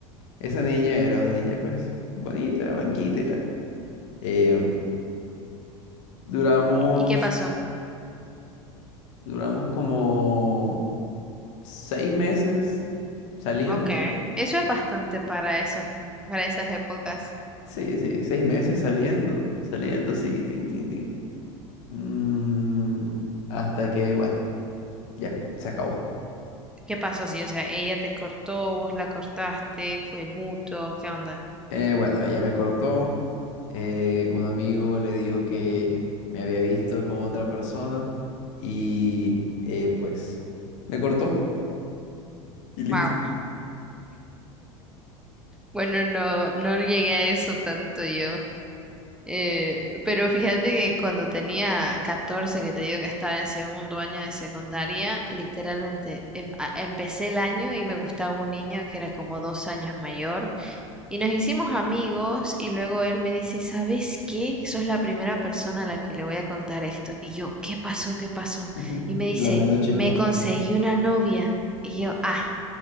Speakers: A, on the left (about 60°); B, in the centre.
A: Esa niña era una niña, pues, bonita, blanquita y tal. Eh, duramos,
B: ¿Y qué pasó?
A: duramos como seis meses saliendo.
B: Ok, eso es bastante para esos, para esas épocas.
A: Sí, sí, seis meses saliendo, saliendo sí tin, tin, tin. Mm, hasta que, bueno, ya, se acabó.
B: ¿Qué pasó? Sí, o sea, ella te cortó, vos la cortaste, fue mutuo, ¿qué onda?
A: Eh, bueno, ella me cortó. eh, un amigo le dijo que me había visto con otra persona y eh, pues me cortó y listo.
B: Wow. Bueno, no, no llegué a eso tanto yo. Eh, pero fíjate que cuando tenía 14, que te digo que estaba en segundo año de secundaria, literalmente em- a- empecé el año y me gustaba un niño que era como dos años mayor. Y nos hicimos amigos y luego él me dice, ¿sabes qué? Sos la primera persona a la que le voy a contar esto. Y yo, ¿qué pasó? ¿Qué pasó?
A: <laughs>
B: Y me dice,
A: La menos chismosa.
B: me conseguí una novia. Y yo, ah,